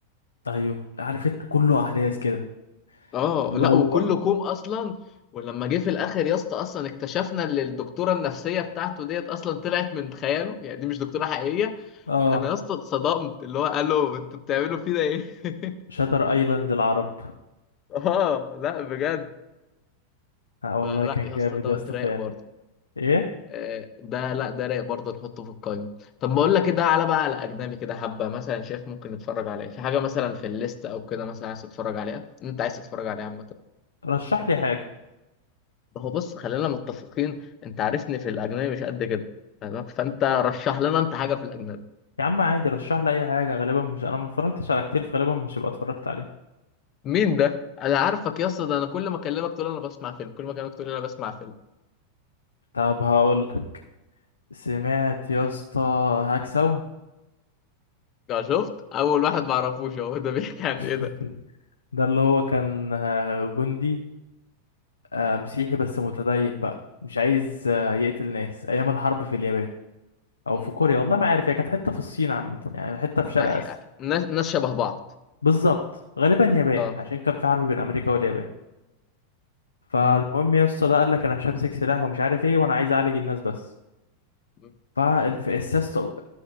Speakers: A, on the left (about 75°); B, on the left (about 35°).
A: ايوه عارف انت كله احداث كده
B: اه
A: مش اللي
B: لا
A: هو
B: وكله كوم اصلا ولما جه في الاخر يا اسطى اصلا اكتشفنا ان الدكتوره النفسيه بتاعته ديت اصلا طلعت من خياله يعني دي مش دكتوره حقيقيه
A: اه
B: انا يا اسطى اتصدمت اللي هو الو انتوا بتعملوا فينا ايه <laughs>
A: شاتر ايلاند العرب
B: اه لا بجد
A: آه والله
B: فلا
A: كان
B: يا
A: جامد
B: اسطى ده
A: يا اسطى
B: رايق
A: فعلا
B: برضه
A: ايه
B: آه، ده لا ده رايق برضه نحطه في القايمة طب بقول لك كده على بقى على أجنبي كده حبة مثلا شايف ممكن نتفرج عليه في حاجة مثلا في الليست أو كده مثلا عايز تتفرج عليها أنت عايز تتفرج عليها عامة
A: رشح لي حاجه
B: ما هو بص خلينا متفقين أنت عارفني في الأجنبي مش قد كده تمام فأنت رشح لنا أنت حاجة في الأجنبي
A: يا عم عادي رشح لي اي حاجه غالبا مش انا ما اتفرجتش على كتير فغالبا مش هبقى اتفرجت عليها
B: مين ده؟ أنا عارفك يا اسطى ده أنا كل ما أكلمك تقول أنا بسمع فيلم كل ما أكلمك تقول أنا بسمع فيلم
A: طب هقول سمعت يا اسطى هكسو
B: ده شفت أول واحد ما أعرفوش هو ده بيحكي عن
A: <laughs>
B: إيه ده؟
A: ده اللي هو كان آه، جندي آه، مسيحي بس متدين بقى مش عايز آه، يقتل ناس ايام الحرب في اليابان او
B: مم.
A: في كوريا والله ما عارف هي كانت حته في الصين عامه يعني حته في شرق
B: أح-
A: اسيا
B: ناس ناس شبه بعض
A: بالظبط غالبا يابان
B: أه
A: عشان كان في حرب بين امريكا واليابان فالمهم
B: مم.
A: يا اسطى ده قال لك انا مش همسك سلاح ومش عارف ايه وانا عايز اعالج الناس بس
B: مم.
A: فالسياسة